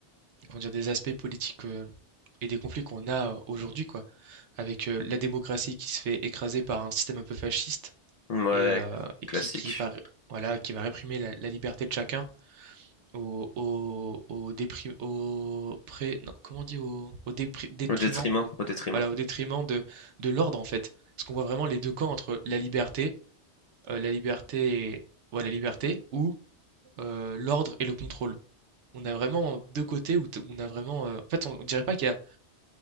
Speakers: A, on the right (about 85°); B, on the left (about 60°).
A: comment dire, des aspects politiques euh, et des conflits qu'on a euh, aujourd'hui, quoi, avec euh, la démocratie qui se fait écraser par un système un peu fasciste
B: Ouais,
A: et, euh, et
B: classique.
A: qui, qui, par- voilà, qui va réprimer la, la liberté de chacun au, au, au, déprim- au pré- non, comment on dit, au, au dépri- détriment,
B: Au détriment,
A: au-
B: au détriment.
A: voilà, au détriment de, de l'ordre, en fait. Parce qu'on voit vraiment les deux camps entre la liberté, euh, la liberté, et- ouais, la liberté ou euh, l'ordre et le contrôle. On a vraiment deux côtés où t- où on a vraiment. euh, En fait, on on dirait pas qu'il y a